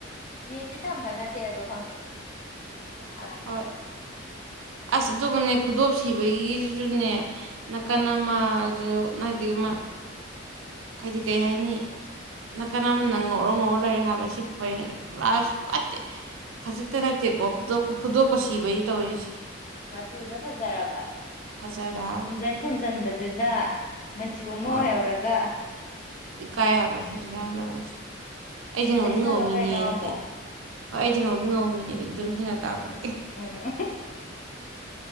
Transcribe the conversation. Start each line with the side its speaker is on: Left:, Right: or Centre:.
Left: ꯃꯌꯨꯠꯇꯤ ꯊꯝꯕ ꯅꯠꯇꯦ ꯑꯗꯣ ꯈꯪꯗꯦ ꯂꯥꯛꯇꯦ
Right: ꯍꯣꯏ ꯑꯁ ꯑꯗꯨꯒꯅꯦ ꯈꯨꯗꯣꯞ ꯁꯤꯕꯒꯤꯁꯤꯁꯨꯅꯦ ꯅꯥꯀꯟ
Left: ꯎꯝ
Right: ꯑꯃꯖꯨ- ꯑꯃꯗꯤ ꯑꯃ ꯍꯥꯏꯗꯤ ꯀꯩ ꯍꯥꯏꯅꯤ ꯅꯥꯀꯟ ꯑꯃꯟꯅ ꯉꯧꯔꯣ ꯉꯧꯔ ꯂꯩꯔꯦ ꯍꯥꯏꯕꯁꯤ ꯄꯔꯦꯡ ꯄ꯭ꯂꯥꯁ ꯐꯠꯇꯦ ꯈꯖꯤꯛꯇ ꯅꯠꯇꯦꯀꯣ ꯈꯨꯗꯣꯞ ꯈꯨꯗꯣꯞꯀꯁꯤꯕꯒꯤ ꯇꯧꯔꯤꯁꯦ
Left: ꯃꯆꯨꯗꯣ ꯐꯖꯔꯕ
Right: ꯐꯖꯔꯦ ꯍꯥꯏꯕ
Left: ꯈꯨꯝꯖꯤꯟ ꯈꯨꯝꯖꯤꯟꯕꯗꯨꯅ ꯃꯆꯨ ꯑꯃ
Right: ꯑꯣ
Left: ꯑꯣꯏꯍꯧꯔꯒ
Right: ꯏꯀꯥꯏ ꯍꯥꯏꯕ ꯁꯤꯁꯦ ꯁꯨꯃꯥꯏ ꯇꯧꯕꯁꯤ ꯑꯩꯁꯦ ꯉꯧꯗꯤ
Left: ꯇꯩꯁꯜꯂꯣ
Right: ꯉꯧꯕ ꯃꯤꯅꯦ
Left: ꯀꯩꯅꯣ
Right: ꯑꯗꯨꯗꯤ
Left: ꯑꯃꯨꯛ
Right: ꯍꯣꯏ ꯑꯩꯗꯤ ꯉꯧꯗꯤ ꯉꯧꯕ ꯃꯤꯅꯦ ꯍꯥꯏꯁꯦ ꯑꯗꯨꯝ ꯁꯤꯅ ꯇꯥꯛꯄꯅꯦ
Left: ꯎꯝ